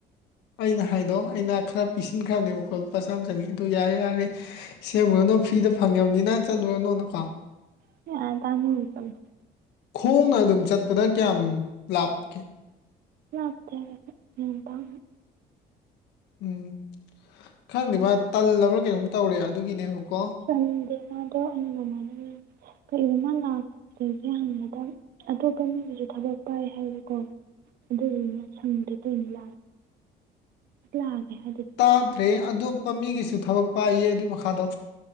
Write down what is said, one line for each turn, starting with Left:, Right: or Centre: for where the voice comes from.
Left: ꯑꯩꯅ ꯍꯥꯏꯗꯣ ꯑꯩꯅ ꯈꯔ ꯄꯤꯁꯤꯟꯈ꯭ꯔꯕꯅꯦꯕꯀꯣ ꯂꯨꯄꯥ ꯆꯥꯝ ꯆꯥꯅꯤ ꯑꯗꯨ ꯌꯥꯔꯦ ꯌꯥꯔꯦ ꯁꯦꯝꯃꯨꯔꯅꯨ ꯐ꯭ꯔꯤꯗ ꯐꯪꯉꯕꯅꯤꯅ ꯆꯠꯂꯨꯔꯅꯨꯅꯀꯣ <unintelligible>
Right: <unintelligible>
Left: ꯈꯣꯡꯅ ꯑꯗꯨꯝ ꯆꯠꯄꯗ ꯀꯌꯥꯝ ꯂꯥꯞꯀꯦ
Right: ꯂꯥꯞꯇꯦ ꯍꯥꯏ <unintelligible>
Left: ꯎꯝ ꯈꯪꯗꯦ ꯃꯥ ꯇꯜꯂꯕ꯭ꯔꯥ ꯀꯩꯅꯣꯝ ꯇꯧꯔꯦ ꯑꯗꯨꯒꯤꯅꯦꯕꯀꯣ
Right: ꯇꯟꯗꯦ ꯃꯥꯗꯣ ꯑꯩꯅ <unintelligible> ꯀꯔꯤꯒꯨꯝꯕ <unintelligible> ꯍꯪꯕꯗ ꯑꯇꯣꯞꯄ ꯃꯤꯗꯨꯁꯨ ꯊꯕꯛ ꯄꯥꯏ ꯍꯥꯏꯌꯦꯕꯀꯣ ꯑꯗꯨꯗꯨꯅ ꯁꯪꯗ ꯇꯣꯏꯅꯤ <unintelligible> ꯂꯥꯛꯑꯒꯦ ꯍꯥꯏꯗ
Left: ꯇꯥꯗ꯭ꯔꯦ ꯑꯗꫭꯞꯄ ꯃꯤꯒꯤꯁꯨ ꯊꯕꯛ ꯄꯥꯏꯌꯦ ꯑꯗꯨꯒꯤ ꯃꯈꯥꯗꯣ